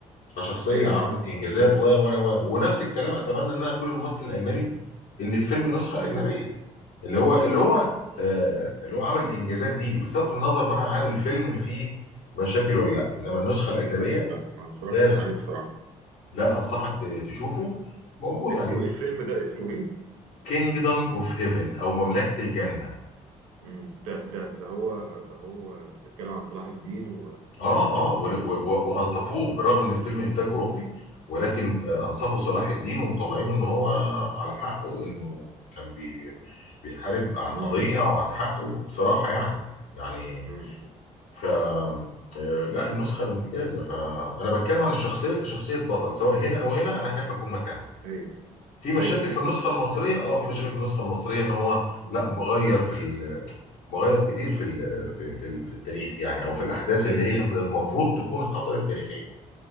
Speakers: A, on the left; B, on the right.
A: كشخصيه
B: ايوه
A: عملت
B: بالظبط
A: انجازات
B: بالظبط
A: و و و ونفس الكلام اتمنى ان انا اكون الممثل الاجنبي اللي في فيلم النسخه الاجنبيه
B: ايوه
A: اللي هو اللي هو آه اللي هو عمل الانجازات دي بصرف النظر بقى عن الفيلم اللي فيه مشاكل ولا لا انما النسخه الاجنبيه
B: لا ما اتفرجتش
A: ممتازه
B: عليه بصراحه
A: لا انصحك ت- تشوفه موجود
B: اسمه
A: على اليوتيوب
B: ايه الفيلم ده اسمه ايه
A: كينجدم اوف هيفن او مملكه الجنه
B: امم ده ده ده هو ده هو بيتكلم عن صلاح الدين و
A: اه اه ول- و- و- وانصفوه
B: و-
A: بالرغم ان الفيلم انتاج اوروبي ولكن آه، انصفوا صلاح الدين ومطلعينه ان هو على حقه انه كان بي بيحارب عن
B: امم
A: قضيه وعن حقه بصراحه يعني يعني
B: امم
A: ف آه، لا النسخه الممتازه فانا بتكلم عن الشخصيه كشخصيه بطل سواء هنا او هنا انا احب اكون مكانها
B: ايوه
A: في مشاكل
B: ايوه ايوه
A: في النسخه
B: ايوه
A: المصريه اه في مشاكل في النسخه المصريه ان هو
B: مم.
A: لا مغير في ال مغير كتير في ال- في في ال- في التاريخ يعني او في الاحداث اللي
B: ايوه
A: هي اللي المفروض تكون حصلت تاريخيا